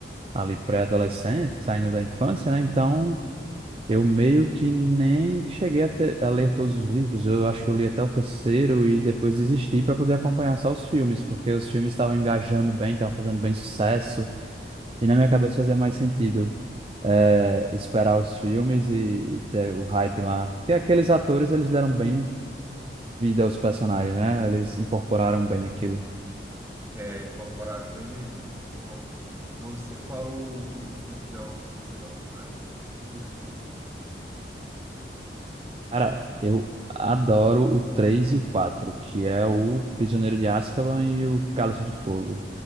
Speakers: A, on the right; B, on the right.
A: ali pré-adolescente, saindo da infância, né, então... Eu meio que nem cheguei a, ter- a ler todos os livros. Eu acho que eu li até o terceiro e depois desisti para poder acompanhar só os filmes, porque os filmes estavam engajando bem, estavam fazendo bem sucesso, e na minha cabeça fazia mais sentido eh, esperar os filmes e, e ter o hype lá. Porque aqueles atores, eles deram bem vida aos personagens, né? Eles incorporaram bem aquilo.
B: É, incorporaram bem mesmo, concordo. Você, qual o, o dos filmes é o que você gosta mais? E por quê?
A: Cara, eu adoro o 3 e o quatro que é o Prisioneiro de Azkaban e o Cálice de Fogo.